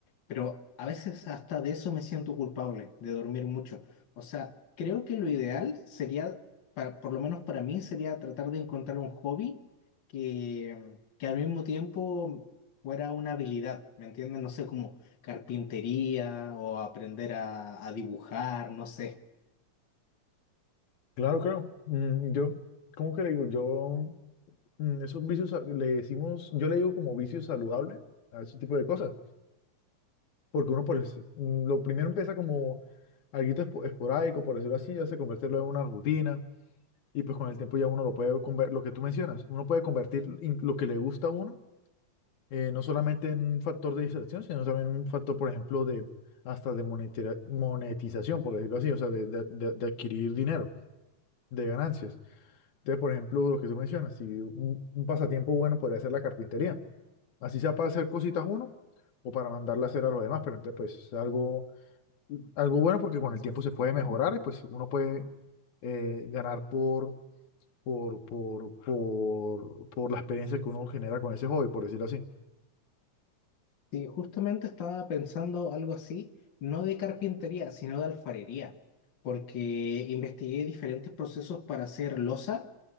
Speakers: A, on the left; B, on the left.
A: pero a veces hasta de eso me siento culpable, de dormir mucho. O sea, creo que lo ideal sería, pa- por lo menos para mí, sería tratar de encontrar un hobby que, que al mismo tiempo fuera una habilidad, ¿me entiendes? No sé, como carpintería o aprender a, a dibujar, no sé.
B: Claro, claro. Mm, yo, ¿cómo que le digo? Yo, mm, esos vicios sa- le decimos, yo le digo como vicio saludable a ese tipo de cosas. Porque uno, por eso- mm, lo primero empieza como algo esporádico, por decirlo así, ya se convierte luego en una rutina. Y pues con el tiempo ya uno lo puede convertir, lo que tú mencionas, uno puede convertir in- lo que le gusta a uno eh, no solamente en un factor de distracción, sino también en un factor, por ejemplo, de hasta de monetira- monetización, por decirlo así, o sea, de, de- de- de adquirir dinero, de ganancias. Entonces, por ejemplo, lo que tú mencionas, si un, un pasatiempo bueno podría ser la carpintería, así sea para hacer cositas uno o para mandarla a hacer a los demás, pero entonces, pues, es algo, algo bueno porque con el tiempo se puede mejorar y pues uno puede eh, ganar por, por, por, por, por la experiencia que uno genera con ese hobby, por decirlo así.
A: Sí, justamente estaba pensando algo así, no de carpintería, sino de alfarería, porque investigué diferentes procesos para hacer loza